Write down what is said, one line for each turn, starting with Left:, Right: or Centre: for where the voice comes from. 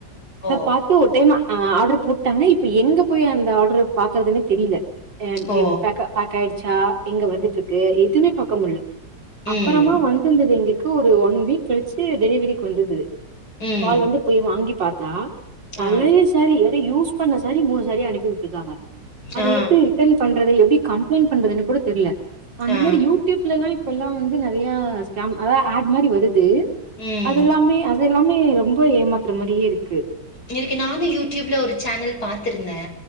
Right: அத
Left: ஓ.
Right: பார்த்து ஒரு டைம் ஆ ஆர்டர் போட்டாங்கனா இப் இப்ப எங்க போயி அந்த ஆர்டரு பாக்குறதுனே தெரில அண்ட்
Left: ஓ
Right: ப் பேக்க-பேக்காயிடுச்சா எங்க வந்துட்ருக்கு எதுமே க்கமுள்ள அப்பறமா
Left: ம்.
Right: வந்திருந்தது எங்களுக்கு ஒரு ஒன் வீக் சே டெலிவெரி கொண்டுது
Left: ம்.
Right: கால் வந்து போய் வாங்கி பாத்தா பழைய
Left: ஆ,
Right: சேரி எத் இது யூஸ் பண்ண சாரி மூணு சாரி அனுப்பி உட்ருக்காங்க அத
Left: ஆ,
Right: எப்டி ரிட்டர்ன் பண்றது எப்டி கம்ப்ளைண் பண்றதுன்னு கூட தெர்ல அந்த
Left: ஆ.
Right: மாரி யூடியூப்லல்லா இப்பல்லா வந்து நெறைய ஸ்கேம் அதா ஆட் மாரி வருத் தே
Left: ம்.
Right: அதெல்லாமே- அதெல்லாமே ரொம் இப்ப ஏமாத்துற மாரியேருக்கு
Left: இன்னைக்கி நானு யூடியூப்ல ஒரு சேனல் பாத்திருந்தே